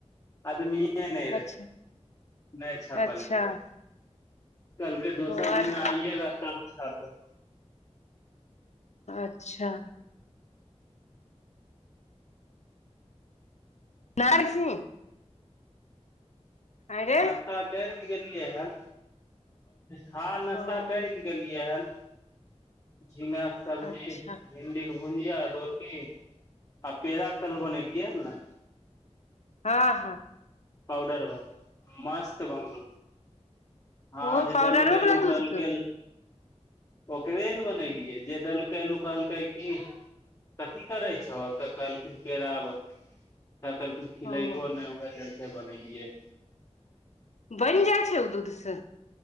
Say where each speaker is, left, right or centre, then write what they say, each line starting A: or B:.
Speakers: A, on the left; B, on the left.
A: आदमीये मीये नै रहै
B: अच्छा
A: नै छपलकै।
B: अच्छा
A: कहलकै दोसर
B: ओ आज
A: दिना आइयेगा तब छापे
B: अच्छा। नहाइ छी। अरे
A: नश्ता कैर के गेलियै हन हॅं नश्ता
B: ओ
A: कैर केलिए हन झींगा के सब्जी,
B: अच्छा
A: भिंडी भुजिया रोटी आ पेड़ा कल बनेलियै हन नै।
B: हां-हां।
A: पाउडर बला मस्त बनलौ। आज
B: ओहो पाउडरो
A: देलके
B: वाला
A: लूं उ
B: दूध
A: कहल
B: के
A: रहे ओकरे नै बनेलियै जे देलकै नै उ कहलकै की कथी करय छहो तऽ कहल कै पेड़ा बनबय तऽ कहलखिन्ह खिलेलहो
B: ओ
A: नै उहे चलते बनेलियै।
B: बैन जाए छै उ दूध से